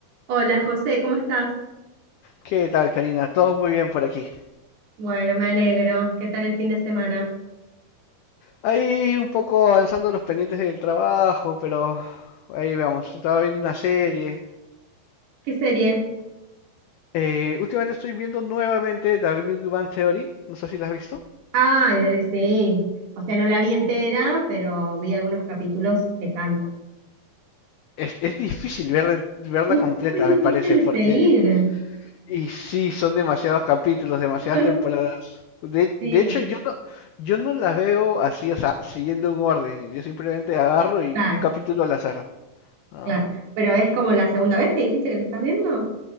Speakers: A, on the right; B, on the left.
A: Hola José, ¿cómo estás?
B: ¿Qué tal, Karina? Todo muy bien por aquí.
A: Bueno, me alegro. ¿Qué tal el fin de semana?
B: Ahí un poco avanzando los pendientes del trabajo, pero ahí vamos. Estaba viendo una serie.
A: ¿Qué serie?
B: Eh, últimamente estoy viendo nuevamente The Big Bang Theory. No sé si la has visto.
A: Ay, de- sí. O sea, no la vi entera, pero vi algunos capítulos. Me encanta.
B: Es, es difícil ver- verla
A: Es
B: completa,
A: muy difícil
B: me parece,
A: de
B: porque...
A: seguir.
B: Y sí, son demasiados capítulos, demasiadas
A: <laughs>
B: temporadas. De,
A: Sí,
B: de hecho, yo no, yo no la veo así, o sea, siguiendo un orden. Yo simplemente agarro y
A: claro,
B: un capítulo al azar, ¿no?
A: claro. Pero es como la segunda vez que dijiste que la estás viendo.